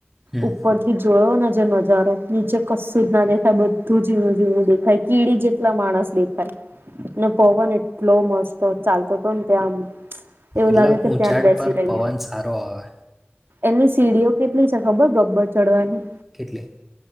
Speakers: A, in the centre; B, on the right.
A: હમ.
B: ઉપર જોયો ને નજારો નીચે કશું જ ના દેખાય બધું જઝીણું ઝીણું દેખાય કીડી જેટલા માણસ દેખાય અને પવન એટલો મસ્ત ચાલતો તો ત્યાં એવું
A: એટલે
B: લાગે કે
A: ઊંચાડ
B: ત્યાં જ બેસી
A: પર
B: રહીએ
A: પવન સારો આવે.
B: એની સીડીઓ કેટલી છે ખબર ગબ્બર ચડવાની
A: કેટલી